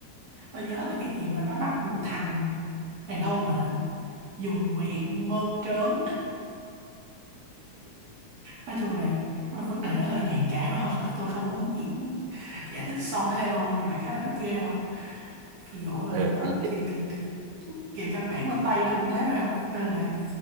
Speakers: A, on the right (about 60°); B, on the right (about 80°).
A: Tôi nhớ là cái gì mà nó bắt một thằng đàn ông hả? Dùng miệng mơn trớn. Nói chung là vấn đề nó hơi nhạy cảm không? Tôi không muốn diễn giải thích sâu thêm không nhưng mà đại khái là rất ghê không? ví dụ là
B: ừ,
A: ừ đó
B: thì cái,
A: thì thì thì về căn bản bên Tây nó cũng thế rồi không nên là